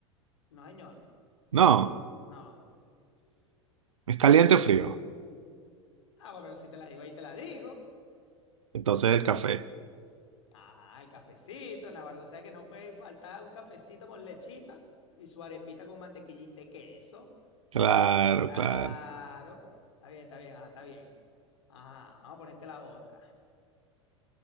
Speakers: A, on the left; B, on the right.
A: No, señor.
B: No,
A: No.
B: es caliente o frío.
A: Ah, bueno, pero si te la digo ahí, te la digo.
B: Entonces el café.
A: Ajá, el cafecito, Navarro. O sea que no puede faltar un cafecito con lechita y su arepita con mantequillita y queso.
B: Claro,
A: Claro.
B: claro.
A: Está bien, está bien, ajá, está bien. Ajá, vamos a ponerte la otra.